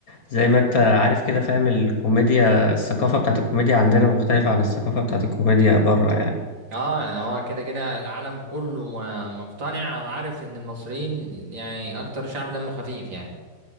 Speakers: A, on the left (about 50°); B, on the right (about 65°).
A: زي ما انت عارف كده فاهم الكوميديا الثقافه بتاعت الكوميديا عندنا مختلفه عن الثقافه بتاعت الكوميديا بره يعني
B: اه يعني هو كده كده العالم كله م- مقتنع او عارف ان المصريين يعني اكتر شعب دمه خفيف يعني